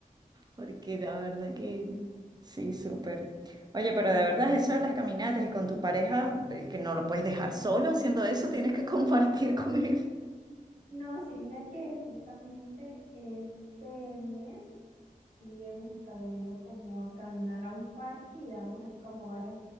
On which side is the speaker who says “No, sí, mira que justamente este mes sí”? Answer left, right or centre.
Right